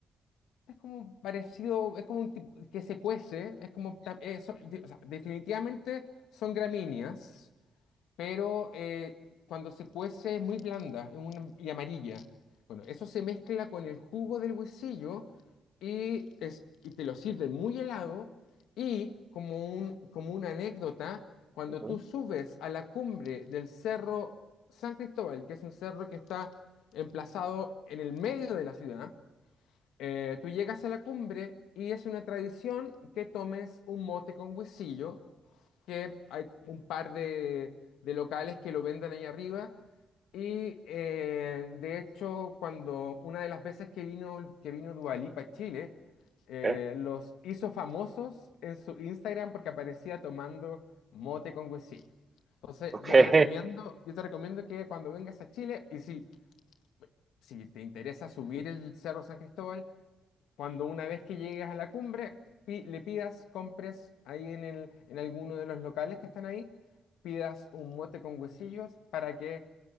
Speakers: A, on the left (about 90°); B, on the right (about 35°).
A: Es como parecido, es como un tipo que se cuece. Es como. ta- eh, so- de- o sea, definitivamente son gramíneas. pero eh, cuando se cuece es muy blanda es una- y amarilla. Bueno, eso se mezcla con el jugo del huesillo y, es- y te lo sirven muy helado. Y como un, como una anécdota, cuando
B: Ujú,
A: tú subes a la cumbre del cerro San Cristóbal, que es un cerro que está emplazado en el medio de la ciudad, eh, tú llegas a la cumbre y es una tradición que tomes un mote con huesillo, que hay un par de, de locales que lo venden ahí arriba. Y eh, de hecho, cuando una de las veces que vino, que vino Dua Lipa a Chile, eh,
B: Ok,
A: los hizo famosos en su Instagram porque aparecía tomando mote con huesillo. Entonces,
B: ok.
A: yo
B: <laughs>
A: te recomiendo, yo te recomiendo que cuando vengas a Chile, y si, si te interesa subir el Cerro San Cristóbal, cuando una vez que llegues a la cumbre, pi- le pidas, compres ahí en el, en alguno de los locales que están ahí, pidas un mote con huesillos para que